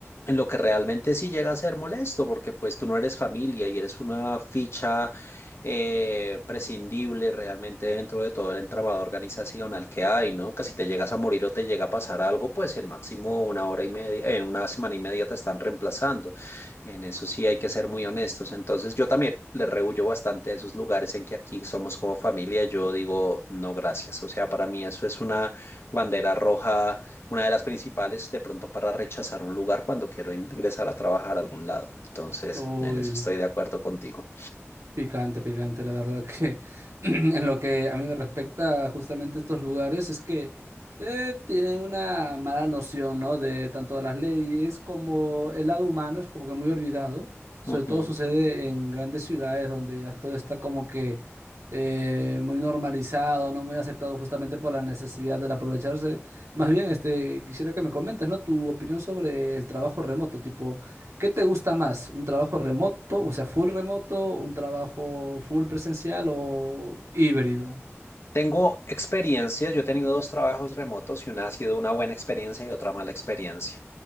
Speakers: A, on the left; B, on the right.
A: en lo que realmente sí llega a ser molesto, porque pues tú no eres familia y eres una ficha eh, prescindible realmente dentro de todo el entramado organizacional que hay, ¿no? Que si te llegas a morir o te llega a pasar algo, pues en máximo una hora y media, en una semana y media te están reemplazando. En eso sí hay que ser muy honestos. Entonces yo también le rehuyo bastante a esos lugares en que aquí somos como familia. Yo digo, no, gracias. O sea, para mí eso es una bandera roja, una de las principales de pronto para rechazar un lugar cuando quiero ingresar a trabajar a algún lado. Entonces,
B: Uy.
A: en eso estoy de acuerdo contigo.
B: Picante, picante, la verdad que <clears throat> en lo que a mí me respecta justamente estos lugares es que eh, tienen una mala noción, ¿no? De tanto de las leyes como el lado humano es como que muy olvidado. Sobre
A: Ujú.
B: todo sucede en grandes ciudades donde ya todo está como que eh, muy normalizado, ¿no? Muy aceptado justamente por la necesidad del aprovecharse. Más bien, este, quisiera que me comentes, ¿no? Tu opinión sobre el trabajo remoto, tipo... ¿Qué te gusta más? ¿Un trabajo remoto, o sea, full remoto, un trabajo full presencial o híbrido?
A: Tengo experiencias, yo he tenido dos trabajos remotos y una ha sido una buena experiencia y otra mala experiencia.